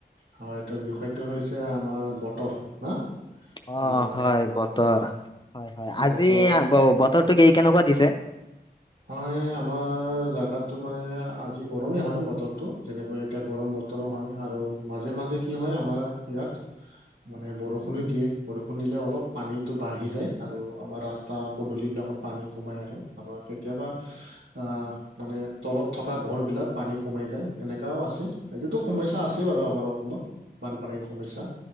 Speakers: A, on the right; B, on the left.
A: হয়, এইটো বিষয়টো হৈছে আমাৰ বতৰ না
B: অ',
A: আমাৰ
B: হয়, বতৰ
A: হয়
B: হয় - হয়, আজি
A: বতৰ
B: বতৰটো কি কেনেকুৱা দিছে?
A: হয়, আমাৰ জাগাতো মানে আজি গৰমেই হয় বতৰটো যেনেকৈ এতিয়া গৰম বত তৰ হয় আৰু মাজে মাজে কি হয় আমাৰ ইয়াত মানে বৰষুণো দিয়ে বৰষুণ দিলে অলপ পানীটো বাঢ়ি যায় আৰু আমাৰ ৰাস্তা পদূলিবিলাকত পানী সোমাই আৰু আপোনাৰ কেতিয়াবা আ, মানে তলত থকা ঘৰ বিলাক পানী সোমাই যায়, এনেকাও আছে এইটোতো সমস্যা আছে বাৰু আমাৰ অসমত বানপানীৰ সমস্যা